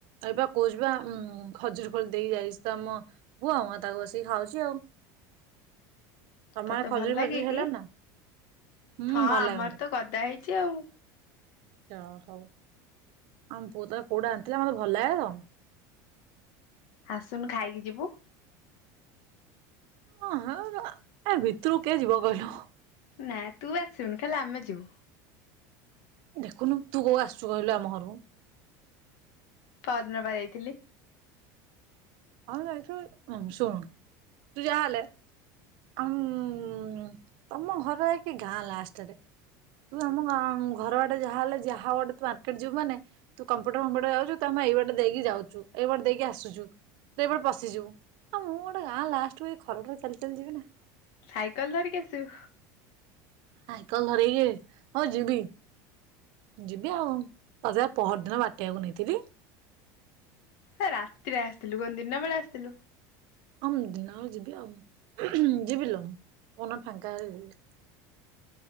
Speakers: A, on the right; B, on the left.
A: ଏଇପା କହୁଛି ବା ଖଜୁରି କୋଳି ଦେଇ ଯାଇଛି ତ ଆମ କୁହ ମ ତାକୁ ବସିକି ଖାଉଛି ଆଉ ତମର
B: ତୋତେ
A: ଖଜୁରି
B: ଭଲ ଲାଗେ
A: ଫଜୁରି ହେଲା
B: କି?
A: ନା ହୁଁ
B: ହଁ
A: ଭଲ
B: ଆମ
A: ଲାଗେ
B: ଆଡ଼େ ତ ଗଦା ହେଇଛି ଆଉ
A: ଯାହା ହଉ ଆମ ପୁଅ ତାର କୋଉଟା ଆଣିଥିଲା ମତେ ଭଲ ଲାଗେ ଆଉ
B: ଆସୁନୁ ଖାଇକି ଯିବୁ
A: ହଁ ହଁ ଅ ଭିତରୁ କିଏ ଯିବ କହିଲୁ?
B: ନା ତୁ ଆସିବୁନି ଖାଲି ଆମେ ଯିବୁ
A: ଦେଖୁନୁ ତୁ କୋଉ ଆସୁଛୁ କହିଲୁ ଆମ ଘରକୁ
B: ପହରଦିନ ପା ଯାଇଥିଲି।
A: ହଁ ଯାଇଥିବୁ ହୁଁ ଶୁଣ ତୁ ଯାହେଲେ ଆଁ ଉଁ ତମ ଘରେ କି ଗାଁ ଲାଷ୍ଟେ ଆଡ଼େ ତୁ ଆମ ଘର ବାଟେ ଯାହାହଲେ ଯାହା ଆଟେ ତୁ ଯାହା ଗୋଟେ ତୁ ମାର୍କେଟ ଯିବୁ ମାନେ ତୁ କମ୍ପ୍ୟୁଟର ଫମ୍ପୁଟର ଯାଉଛୁ ତମେ ଏଇ ବାଟେ ଦେଇକି ଯାଉଛୁ ଏଇବାଟେ ଦେଇକି ଆସଛୁ ତୁ ଏବାଟେ ପଶିଯିବ ଆଉ ମୁଁ ଗୋଟେ ଗାଁ ଲାଷ୍ଟକୁ ଏଇ ଖରା ଟାରେ ଚାଲି ଚାଲି ଯିବି ନା
B: ସାଇକେଲ ଧରିକି ଆସିବୁ
A: ସାଇକଲ ଧରିକି ହଉ ଯିବି ଯିବି ଆଉ ତତେ ବା ପହରଦିନ ବାଟେଇ ବାକୁ ନେଇଥିଲି
B: ହେ ରାତିରେ ଆସିଥିଲୁ କଣ ଦିନବେଳା ଆସିଥିଲୁ।
A: ହଉ ଦିନ ବେଳେ ଯିବି ଆଉ ହୁଁ ହୁଁ ଯିବି ଲୋ କୋଉ ଦିନ ଫାଙ୍କା ହେଲେ ଯିବି